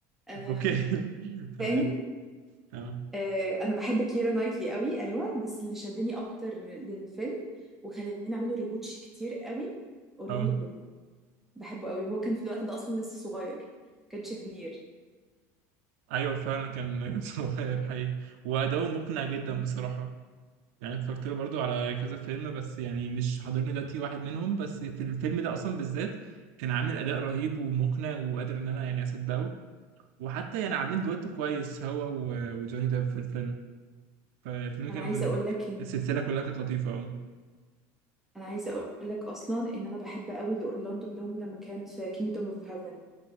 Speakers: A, in the centre; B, on the right.
A: آه،
B: اوكي <laughs> تمام
A: فاهم
B: اه
A: آه، انا بحب كيرا نايتلي قوي ايوه بس اللي شدني اكتر للفيلم وخلاني اعمله ريواتش كتير قوي اورلاندو
B: اه
A: بلوم بحبه قوي وهو كان في الوقت ده اصلا لسه صغير ما كانش كبير
B: ايوه فعلا كان <laughs> صغير حقيقي واداؤه مقنع جدا
A: مم.
B: بصراحه يعني أنا اتفرجت له برضو على كذا فيلم بس يعني مش حاضرني دلوقتي واحد منهم بس في الفيلم ده اصلا بالذات كان عامل اداء رهيب ومقنع وقادر ان انا يعني اصدقه وحتى يعني عاملين
A: مم.
B: دويتو كويس هو و- وجوني ديب في الفيلم فالفيلم
A: انا
B: كان
A: عايزه اقول لك ان
B: السلسله كلها كانت لطيفه اه
A: انا عايزه اقول لك اصلا ان انا بحب قوي لاورلاندو بلوم لما كان في كينجدوم اوف هيفن